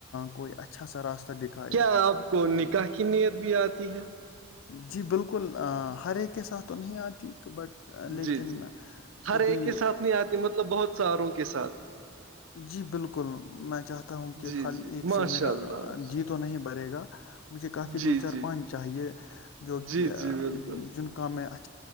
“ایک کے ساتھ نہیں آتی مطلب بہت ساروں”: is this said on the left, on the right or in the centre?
Right